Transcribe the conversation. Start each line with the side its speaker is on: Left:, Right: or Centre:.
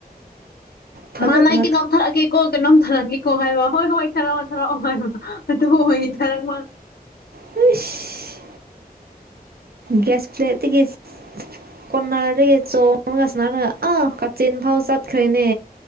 Right: ꯐꯖꯅ
Left: ꯃꯅꯥꯏ ꯀꯩꯅꯣꯝ ꯊꯔꯛꯑꯒꯦꯀꯣ ꯀꯩꯅꯣꯝ ꯊꯔꯛꯑꯒꯦ ꯀꯣ ꯍꯥꯏꯕ ꯍꯣꯏ ꯍꯣꯏ ꯊꯥꯔꯛꯑꯣ ꯊꯥꯔꯛꯑꯣ ꯍꯥꯏꯕ ꯑꯗꯨꯕꯨ ꯑꯣꯏꯅꯤ ꯊꯔꯛ
Right: ꯋꯨꯏꯁ ꯒꯦꯁꯄ꯭ꯂꯦꯠꯇꯒꯤꯁ ꯀꫭꯅꯥꯔꯗꯒꯤ ꯆꯣꯡꯉꯒ ꯁꯨꯃꯥꯏꯅ ꯑꯥ ꯀꯥꯆꯤꯟ ꯐꯥꯎ ꯆꯠꯈ꯭ꯔꯦꯅꯦ